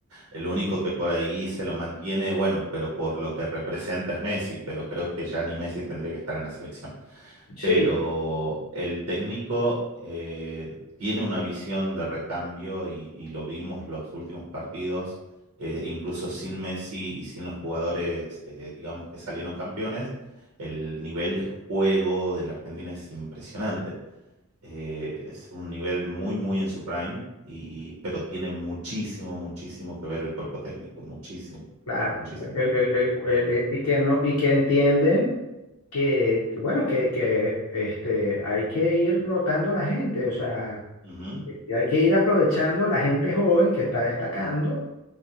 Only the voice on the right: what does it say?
El único que por ahí se lo mantiene, bueno, pero por lo que representa es Messi, pero creo que ya ni Messi tendría que estar en la selección
pero el técnico eh, tiene una visión de recambio y, y lo vimos los últimos partidos, eh, incluso sin Messi y sin los jugadores, eh, digamos, que salieron campeones, el nivel de juego de la Argentina es impresionante. Eh, es un nivel muy, muy en su prime, y, pero tiene muchísimo, muchísimo que ver el cuerpo técnico, muchísimo,
muchísimo.
Y,
ujú,